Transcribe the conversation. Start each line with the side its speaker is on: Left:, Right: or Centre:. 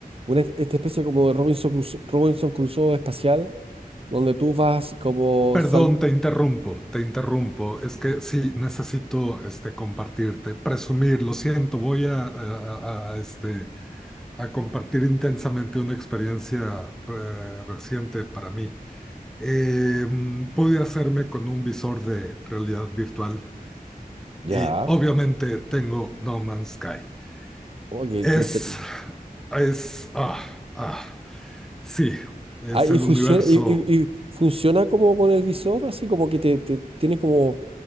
Right: una, es- esta especie como de Robinson Crusoe, Robinson Crusoe espacial, donde tú vas como
Centre: Perdón,
Right: sal...
Centre: te interrumpo, te interrumpo. Es que sí, necesito este, compartirte, presumir, lo siento, voy a, a- a- a, este, a compartir intensamente una experiencia eh, reciente para mí. Eh, mm, pude hacerme con un visor de realidad virtual
Right: Ya,
Centre: y obviamente tengo No Man's Sky.
Right: oye,
Centre: Es,
Right: qué qué inter-
Centre: es, ah, ah, sí, es
Right: Ah, y
Centre: el
Right: funciona,
Centre: universo
Right: y, y- y funciona como con el visor, así como que te, te tiene como,